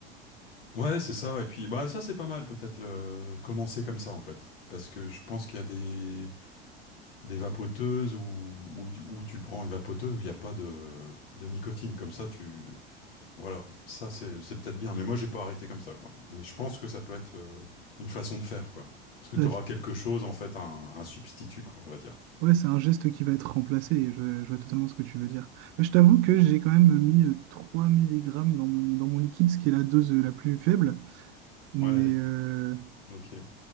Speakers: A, on the left; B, on the right.
A: Ouais, c'est ça. Et puis, bah, ça, c'est pas mal, peut-être, le... commencer comme ça, en fait. Parce que je pense qu'il y a des, des vapoteuses où... Où... y- où tu prends une vapoteuse où il n'y a pas de... de nicotine. Comme ça, tu. Voilà. Ça, c'est c'est peut-être bien. Mais moi, j'ai pas arrêté comme ça, quoi. Mais je pense que ça peut être euh, une façon de faire, quoi. Parce que tu
B: Ouais,
A: auras
B: c'est
A: quelque chose, en fait, un... un substitut, quoi, on va dire.
B: ouais, c'est un geste qui va être remplacé. Je, je vois totalement ce que tu veux dire. Je t'avoue que j'ai quand même mis euh, 3 mg dans mon, dans mon liquide, ce qui est la dose euh, la plus faible. Mais,
A: Ouais,
B: euh,
A: ok.